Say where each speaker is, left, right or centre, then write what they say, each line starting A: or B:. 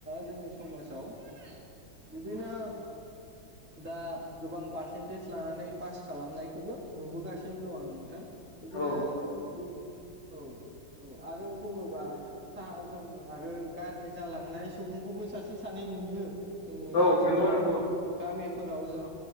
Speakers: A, in the centre; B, on the left.
A: जोंनि समाजाव बिदिनो दा गोबां पारसेन्टेज लानानै पास खालामनाय बे खौबो नुबोगासिनो दं आं नोंथां बिदिनो
B: औ
A: गुबुन औ। औ आरो बुङोबा <unintelligible> गाज्रि जालांनाय सुबुंखौबो सासे सानै नुयो जोंनि
B: औ
A: खाथि
B: नंगौ
A: खालानि
B: नंगौ
A: गामि फोराव जों